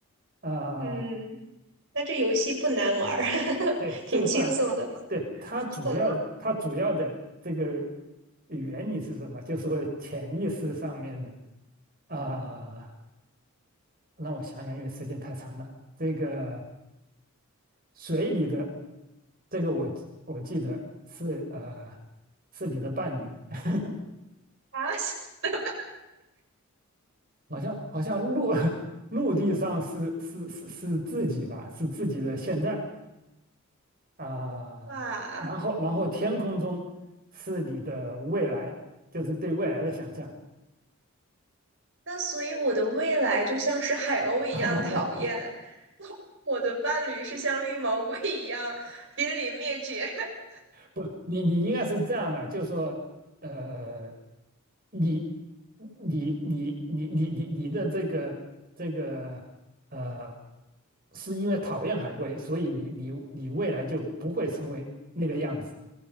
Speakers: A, on the right; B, on the right.
A: 啊、
B: 嗯，那这游戏不难玩儿，<laughs>
A: 对，
B: 挺轻松的，
A: 这个不然，对，它主要它主要的这个
B: 不错的
A: 原理是什么？就是说潜意识上面的啊、让我想想，因为时间太长了，这个。水里的这个我记我记得是呃是你的伴侣，<laughs>
B: 啊，<laughs>
A: 好像好像陆 <laughs> 陆地上是是是是自己吧，是自己的现在啊，
B: 哇，
A: 然后然后天空中是你的未来，就是对未来的想象。
B: 那所以我的未来就像是海鸥一样讨厌，
A: <laughs>
B: 我的伴侣是像绿毛龟一样濒临灭绝，<laughs>
A: 不，你你应该是这样的，就说呃，你你你你你你你的这个这个呃，是因为讨厌海龟，
B: 嗯。
A: 所以你你你未来就不会成为那个样子，